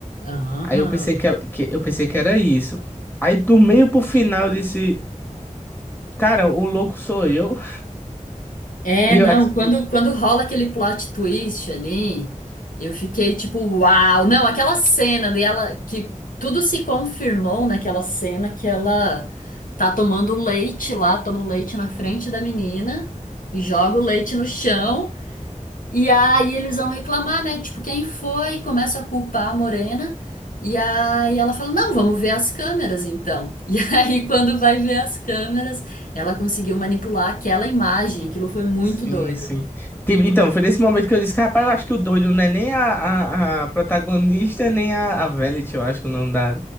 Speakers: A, on the left; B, on the left.
A: aham.
B: Aí eu pensei que, ela- que- eu pensei que era isso. Aí do meio pro final eu disse, cara, o louco sou eu. <laughs>
A: É,
B: Eu
A: não,
B: acho que
A: quando, quando rola aquele plot twist ali, eu fiquei tipo, uau! Não, aquela cena dela, que tudo se confirmou naquela cena que ela tá tomando leite lá, toma o leite na frente da menina e joga o leite no chão. E aí eles vão reclamar, né? Tipo, quem foi? Começa a culpar a Morena. E aí ela fala: Não, vamos ver as câmeras então. <laughs> E aí, quando vai ver as câmeras, ela conseguiu manipular aquela imagem. Aquilo foi muito
B: Sim,
A: doido.
B: sim. Tipo, então, foi nesse momento que eu disse, rapaz, eu acho que o doido não é nem a, a, a protagonista, nem a, a Velvet, eu acho que é o nome da,